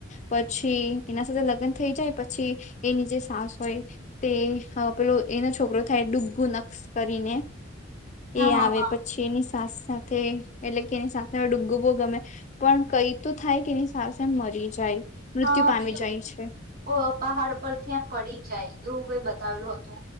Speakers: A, on the left; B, on the right.
A: પછી એના સાથે લગ્ન થઈ જાય પછી એની જે સાસ હોય તે પેલું એનો છોકરો થાય ડૂબગું નક્શ કરીને
B: હા
A: એ આવે
B: હા
A: પછી એની સાસ સાથે એટલે કે એની સાથે ડૂગુબો ગમે પણ કઈ તો થાય કે એની સ્ છેને મરી જાય મૃત્યુ
B: હા
A: પામી
B: પેલું
A: જાય છે
B: પહાડ પરથી એમ પડી જાય એવું કઈઆ બતાવેલુ તો